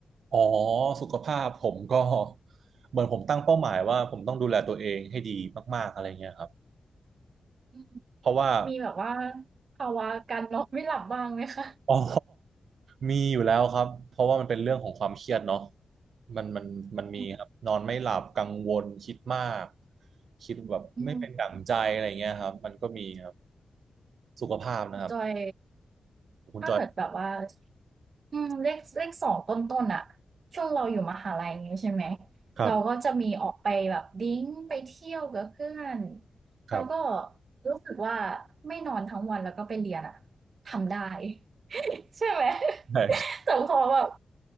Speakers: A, on the right; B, on the right.
A: อ๋อสุขภาพผมก็เหมือนผมตั้งเป้าหมายว่าผมต้องดูแลตัวเองให้ดีมากๆอะไรเงี้ยครับ
B: อืม
A: เพราะว่า
B: มีแบบว่าภาวะการนอนไม่หลับบ้างไหมคะ
A: อ๋อมีอยู่แล้วครับเพราะว่ามันเป็นเรื่องของความเครียดเนาะมันมันมันมีครับนอนไม่หลับกังวลคิดมาก
B: อืม
A: คิดแบบไม่เป็นดั่งใจอะไรเงี้ยครับมันก็มีครับ
B: อืม
A: สุขภาพนะครับ
B: ของจอย
A: คุณจอย
B: ถ้าเกิดแบบว่าอืมเลขเลขสองต้นๆอ่ะช่วงเราอยู่มหาลัยอย่างงี้ใช่ไหม
A: ครับ
B: เราก็จะมีออกไปแบบดริงก์ไปเที่ยวกับเพื่อน
A: ครับ
B: แล้วก็รู้สึกว่าไม่นอนทั้งวันแล้วก็ไปเรียนอะทำได้ใช่ไหม <laughs>
A: <laughs> ใช่
B: แต่พอแบบ